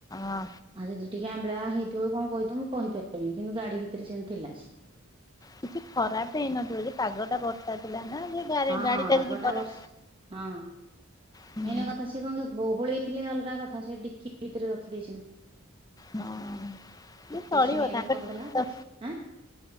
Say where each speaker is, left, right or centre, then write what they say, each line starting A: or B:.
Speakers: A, on the left (about 15°); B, on the right (about 25°).
A: ଅ।
B: ଆଉ ଯଦି ଟିକେ ଆମ୍ବିଳା ହେଇଥିବ କଣ କହିଥିବ ମୁଁ କହିପାରିବିନି କିନ୍ତୁ ଗାଡି ଭିତରେ ସେମିତି ଥିଲା ସେ।
A: କିଛି ଖରାପ ହେଇନଥିବ ଯେ ପାଗ ଟା ବର୍ଷା ଥିଲା ନା ଗାଡି
B: ହଁ
A: ଗାଡିଟା
B: ପାଗଟା
A: ଯଦି ଖରାପ
B: ବର୍ଷା ହଁ।
A: ହୁଁ
B: ମେନ କଥା ସି କଣ ବହୁଳେଇ ଥିଲେ ଅଲଗା କଥା ସେ ଡିକି ଭିତରେ ରଖି ଦେଇଛନ୍ତି।
A: ହଁ। ହେଲେ
B: ଟିକେ
A: ଚଳିବ
B: ସ୍ମେଲ
A: ତାଙ୍କ
B: କରୁଥିଲା ଦେଖିଁ ଆଁ